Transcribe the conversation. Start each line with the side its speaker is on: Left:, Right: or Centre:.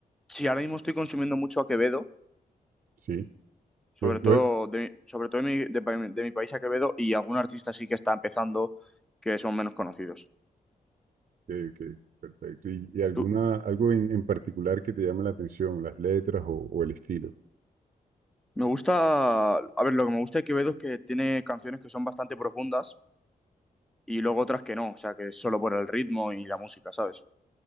Centre: Sí, ahora mismo estoy consumiendo mucho a Quevedo
Right: Sí.
Centre: sobre
Right: Lo-
Centre: todo
Right: lo-
Centre: de, mi- sobre todo de mi, de, pa- de mi país a Quevedo y algún artista sí que está empezando que son menos conocidos.
Right: eh, ok, perfecto. ¿Y, y alguna,
Centre: Tú-
Right: algo en, en particular que te llame la atención, las letras o, o el estilo?
Centre: me gusta, a ver, lo que me gusta de Quevedo es que tiene canciones que son bastante profundas y luego otras que no, o sea, que es solo por el ritmo y la música, ¿sabes?